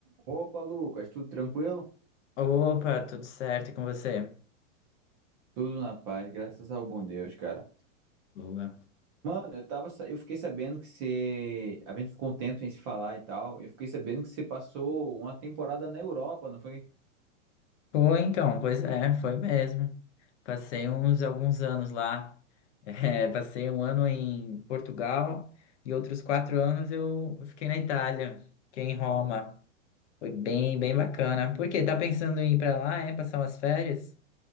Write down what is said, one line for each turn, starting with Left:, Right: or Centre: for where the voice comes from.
Right: Opa, Lucas, tudo tranquilo?
Left: Opa, tudo certo e com você?
Right: Tudo na paz, graças ao bom Deus, cara.
Left: Boa.
Right: Mano, eu tava, sa- eu fiquei sabendo que você, a gente ficou um tempo sem se falar e tal. Eu fiquei sabendo que você passou uma temporada na Europa, não foi?
Left: Foi então, pois é, foi mesmo. Passei uns alguns anos lá. <laughs> É, passei um ano em Portugal e outros quatro anos eu fiquei na Itália, fiquei em Roma. Foi bem, bem bacana. Por quê? Tá pensando em ir pra lá, é? Passar umas férias?